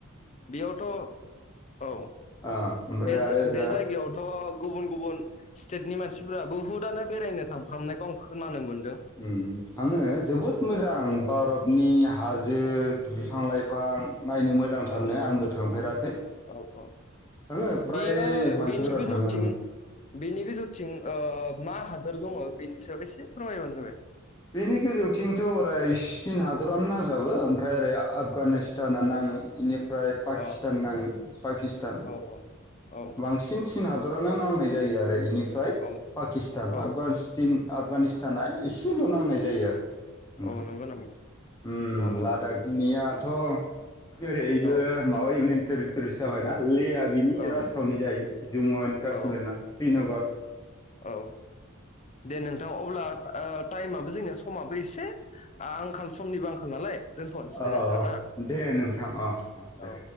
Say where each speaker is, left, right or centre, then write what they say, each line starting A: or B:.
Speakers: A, on the left (about 35°); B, on the left (about 15°).
A: बेयावथ' औ
B: ओ ओमफ्राय
A: बेस
B: आरो ओजा
A: बे जायगायावथ' गुबुन गुबुन स्टेटनि मानसिफोरा बुहुतनो बेरायनो थांफ्रामनायखौ आं खोनानो मोन
B: उम थाङो जोबोद मोजां
A: औ
B: भारतनि हाजो बिफां - लाइफां नायनो मोजांथारनो
A: औ
B: आंबो थांफेराखै
A: औ - औ
B: थाङो फ्राय
A: बियो
B: मानसिफोरा
A: बेनि गोजौथिं
B: थाङो
A: बेनि गोेजौथिं ओ मा हादोर दङ बेनि सायाव एसे फोरमायबानो जाबाय
B: बेनि गोजौथिंथ' अराय चीन हादरानो नांजाबो ओमफ्राय ओरै आफगानिस्ताना नाङो इनि फ्राय पाकिस्तान
A: अ
B: नाङो पाकिस्तान
A: औ औ
B: बांसिन चिन हा दरानो नांनाय जायो आरो इनिफ्राय
A: औ
B: पाकिस्तान
A: औ
B: अफगासथिन अफगानिस्तान ए सेल' नांनाय जायो आरो नोंथां
A: औ नंगौ नामा
B: उम
A: अ
B: लादाखनिया थ' ओरैबो
A: औ
B: माबा इउनियन टेरिटरिसो जाबायना लेआ दा बिनि
A: औ
B: राजथावनि जायो जम्मु एन काश्मीरना
A: औ
B: श्रीनगर
A: औ दे नोंथां अब्ला ओ टाइमाबबो जोंनिया समाबो एसे आंखाल समनिबो आंखाल नालाय दोनथ'नोसे
B: अ
A: दे नोंथां ना
B: दे नोंथां
A: उम
B: अ अ दे
A: औ